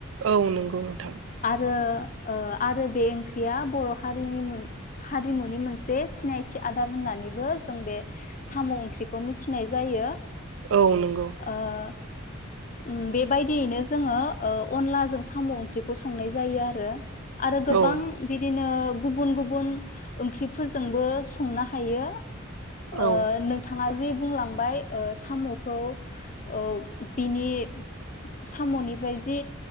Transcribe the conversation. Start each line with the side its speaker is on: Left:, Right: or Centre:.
Right: औ नंगौ नोंथां
Left: आरो आरो बे ओंख्रिया बर' हारिनि हारिमुनि मोनसे सिनायथि आदार होननानै बो जों बे साम' ओंख्रिखौ मिथिनाय जायो
Right: औ नंगौ।
Left: ओ उम बेबायदियैनो जोङो ओ अनलाजों साम' ओंख्रिखौ संनाय जायो आरो आरो
Right: औ
Left: गोबां बिदिनो गुबुन गुबुन ओंख्रिफोरजोंबो संनो हायो आ
Right: औ
Left: नों। नोंथाङा जि बुंलांबाय ओ साम'खौ ओ बिनि साम'निफ्राय जि